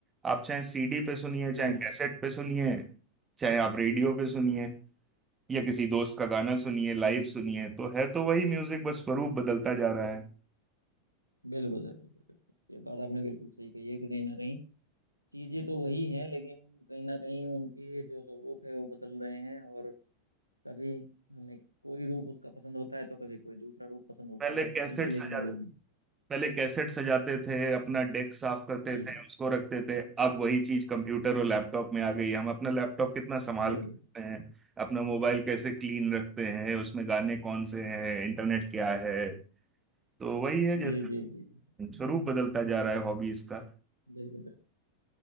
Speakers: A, on the right; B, on the right.
A: आप चाहे सीडी पे सुनिए चाहे
B: जी
A: कैसेट पे सुनिए चाहे आप रेडियो पे सुनिए या किसी दोस्त का गाना सुनिए लाइव सुनिए तो है तो वही म्यूजिक बस स्वरूप बदलता जा रहा है
B: बिल्कुल सर बिल्कुल बिल्कुल ये बात आपने बिल्कुल सही कही है कि कहीं ना कहीं चीजें तो वही हैं लेकिन कहीं ना कहीं उनके जो स्वरूप है वो बदल रहे हैं और कभी हमें कोई रूप उसका पसंद होता है तो कभी कोई दूसरा रूप पसंद होता
A: पहले
B: है
A: कैसेट
B: चीजें लेकिन
A: सजाते
B: वही है
A: पहले कैसेट सजाते थे अपना डेस्क साफ करते
B: जी
A: थे उसको रखते थे अब वही चीज कंप्यूटर और लैपटॉप में आ गई है। हम अपना लैपटॉप कितना संभाल
B: बिल्कुल
A: के रखते हैं अपना मोबाइल कैसे क्लीन रखते हैं उसमें गाने कौन से हैं इंटरनेट क्या है तो वही है जैसे
B: जी जी जी बिल्कुल
A: स्वरूप बदलता जा रहा है हॉबीज का
B: बिल्कुल बिल्कुल